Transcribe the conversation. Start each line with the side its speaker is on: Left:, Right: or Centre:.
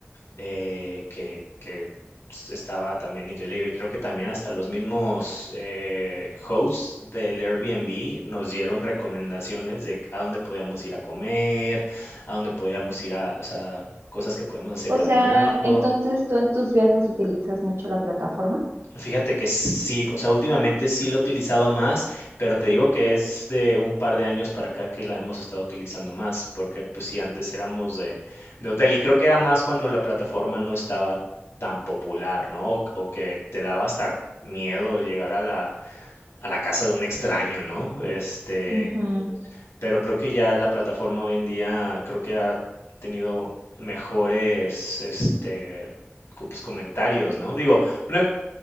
Left: eh, que, que s- estaba también increíble. Y creo que también hasta los mismos eh, hosts del Airbnb nos dieron recomendaciones de a dónde podíamos ir a comer, a dónde podíamos ir a, o sea, cosas que podíamos hacer
Right: O
Left: caminando.
Right: sea, entonces tú en tus viajes utilizas mucho la plataforma.
Left: Fíjate que sí, o sea, últimamente sí lo he utilizado más, pero te digo que es de un par de años para acá que la hemos estado utilizando más, porque pues sí, antes éramos de, de hotel y creo que era más cuando la plataforma no estaba tan popular, ¿no? O, o que te daba hasta miedo llegar a la, a la casa de un extraño, ¿no? Este,
Right: Ujú,
Left: pero creo que ya la plataforma hoy en día creo que ha tenido mejores, este, co- pues, comentarios, ¿no? Digo, una,